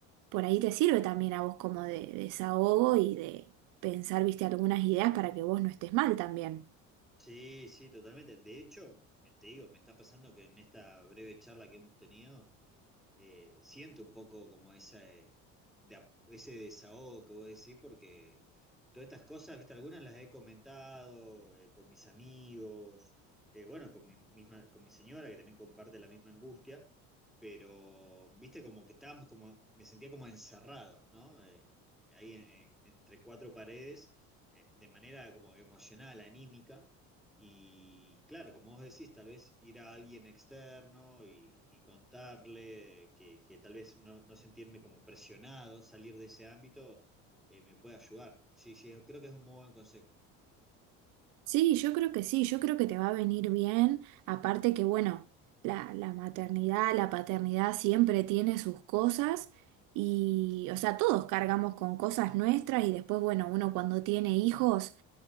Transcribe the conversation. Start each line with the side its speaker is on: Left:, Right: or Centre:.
Right: por ahí te sirve también a vos como de, de desahogo y de pensar, viste, algunas ideas para que vos no estés mal también.
Centre: Sí, sí, totalmente. De hecho, me- te digo, me está pasando que en esta breve charla que hemos tenido... eh, siento un poco como esa, eh, de a- ese desahogo que vos decís, porque todas estas cosas, viste, algunas las he comentado eh, con mis amigos, eh, bueno, con mi misma, con mi señora, que también comparte la misma angustia, pero, viste, como que estábamos como, me sentía como encerrado, ¿no? Eh, ahí en- en- entre cuatro paredes, eh, de manera como emocional, anímica. Y claro, como vos decís, tal vez ir a alguien externo y, y contarle que, que tal vez no, no sentirme como presionado, salir de ese ámbito, eh, me puede ayudar. Sí, sí, creo que es un muy buen consejo.
Right: Sí, yo creo que sí, yo creo que te va a venir bien. Aparte que, bueno, la, la maternidad, la paternidad siempre tiene sus cosas. Y, o sea, todos cargamos con cosas nuestras y después, bueno, uno cuando tiene hijos